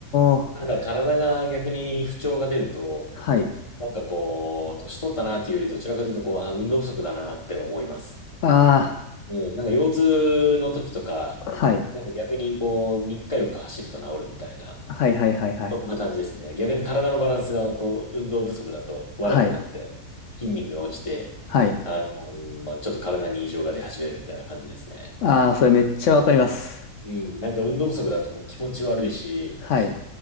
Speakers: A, on the left (about 60°); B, on the left (about 20°).
A: お。
B: なんか、体が逆に不調が出ると、
A: はい。
B: なんかこう、年取ったなっていうより、どちらかというと、こう、あ、運動不足だなって思います。
A: あ
B: うん。なんか、腰痛の時とか、
A: あ、はい。
B: なんか逆にこう、3日4日走ると治るみたいな、
A: はい、はい、はい、はい。
B: そんな感じですね。逆に体のバランスが、こう、運動不足だと悪くなって、
A: はい、
B: 筋肉が落ちて、
A: はい。
B: あの、ちょっと体に異常が出始めるみたいな感じですね。
A: ああ、それめっちゃわかります。
B: うん、なんか運動不足だともう気持ち悪いし、
A: はい、